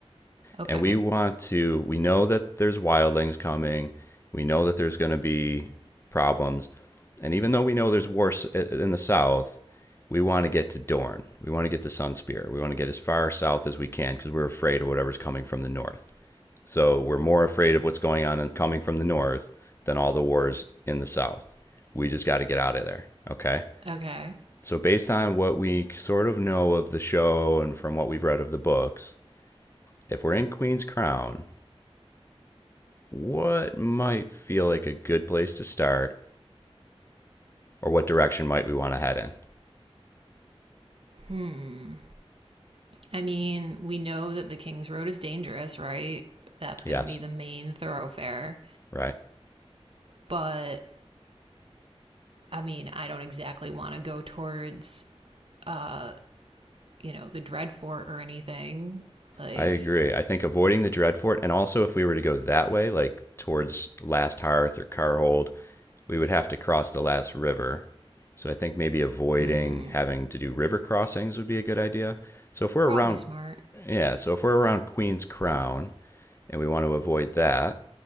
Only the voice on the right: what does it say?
Okay.
Okay.
Hmm. I mean, we know that the King's Road is dangerous, right? That's
going to be the main thoroughfare.
But I mean, I don't exactly want to go towards, uh, you know, the Dreadfort or anything. Like,
mm,
probably
smart.